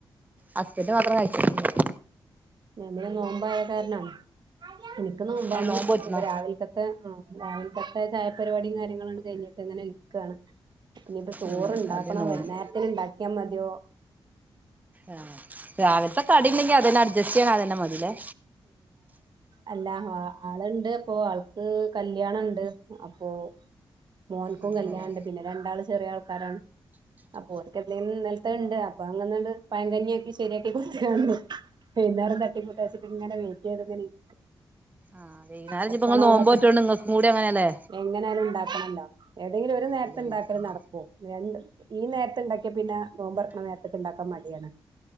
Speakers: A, on the right; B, on the right.
A: ഹസ്ബൻഡ് മാത്രം കഴിച്ചിട്ട <inaudible>
B: എന്തിനാ നോമ്പായ കാരണാ ഇനിക്ക് നോമ്പാണ്
A: ആ നോമ്പ് നോറ്റ്ണോ
B: ഇപ്പൊ രാവിൽക്കത്തെ ഉം രാവ് ക്കത്തെ ചായപരിപാ ടിം കാര്യങ്ങളാണ്ട് കഴിഞ്ഞിട്ട് ഇങ്ങനെ ഇരിക്കാണ്. ഇനിപ്പ ടൂറ്
A: ഉം
B: ണ്ടാക്കണോ
A: അതെ നോമ്പ്
B: വൈന്നേരത്തിന്ണ്ടാ ക്ക്യാ മതിയോ
A: ആഹ് രാവിൽത്തെ കടി ഇണ്ടെങ്കി അതെന്നട് ജസ്യനാതന്നെ മതിലേ
B: അല്ലാ ഹാ ആള്ണ്ട് അപ്പൊ ആൾക്ക് കല്ല്യാണണ്ട്. അപ്പൊ, മോൻക്കും
A: അങ്ങനെല്ലേ
B: കല്യാൺണ്ട് പിന്നെ രണ്ടാള് ചെറിയ ആൾ ക്കാരാണ് അപ്പൊ ഓര്ക്ക്ന്തെങ്കിലും ഇന്നലത്തത്ണ്ട് അപ്പൊ അ അ ങ്ങന്നണ്ട് പയങ്കഞ്ഞിയാക്കി ശരിയാക്കി കൊടുത്ത്ക്കാണ്ട്, വെയ്ന്നാരം തട്ടിക്കൂട്ടാച്ച്ട്ട് ഇങ്ങനെ വെയ്റ്റ് ചെയത് ങ്ങനെ ഇര് ക <unintelligible>
A: ആഹ് വൈകുന്നേരം
B: വെക്കണ
A: ഇഞ്ഞിപ്പോ ഇങ്ങള് നോമ്പോറ്റോണ്ട്
B: വേക്കണ്ടെ
A: ഇങ്ങക്കും കൂടി അങ്ങനെയല്ലേ
B: എങ്ങനാലും ഉണ്ടാക്കണല്ലോ ഏതെങ്കിലും ഒരു നേരത്തെ
A: അതെ
B: ഇണ്ടാക്കല്
A: ഉണ്ടാക്കണം
B: നടക്കും രണ്ട് ഈ നേരത്തെ ഇണ്ടാക്കിയ പിന്നെ നോമ്പറക്കണ നേരത്തേണ്ടാക്കാൻ മടി യാണ്